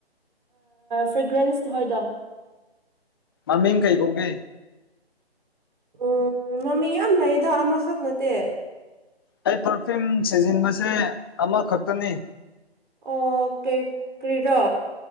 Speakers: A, on the right (about 50°); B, on the left (about 20°).
A: ꯐ꯭ꯔꯦꯒ꯭ꯔꯦꯟꯁꯇ ꯍꯣꯏꯗꯣ
B: ꯑꯃꯤꯡ ꯀꯩꯀꯣꯒꯦ
A: ꯎꯝ ꯃꯃꯤ ꯌꯥꯝ ꯂꯩꯗ ꯑꯃꯈꯛ ꯅꯠꯇꯦ
B: ꯑꯩ ꯄꯔꯐꯤꯌꯨꯝ ꯁꯤꯖꯤꯟꯕꯁꯦ ꯑꯃꯈꯛꯇꯅꯤ
A: ꯑꯣ ꯀꯦ ꯀ꯭ꯔꯔꯤꯔꯥ